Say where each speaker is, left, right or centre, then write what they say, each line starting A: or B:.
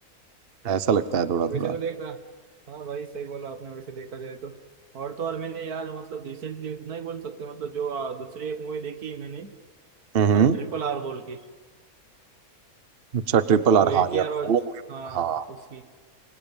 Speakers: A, on the right (about 45°); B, on the right (about 85°).
A: ऐसा लगता है थोड़ा
B: वैसे
A: थोड़ा
B: तो देखा हाँ भाई सही बोला आपने वैसे देखा जाए तो और तो और मैंने यार मतलब रिसेंटली नहीं बोल सकते मतलब जो आ, दूसरी एक मूवी देखी है मैंने
A: हम्म
B: ट्रिपल आर बोल के
A: अच्छा ट्रिपल आर
B: वो
A: हाँ
B: एन टी
A: यार
B: आर और
A: वो movie-
B: हाँ
A: हाँ
B: उसकी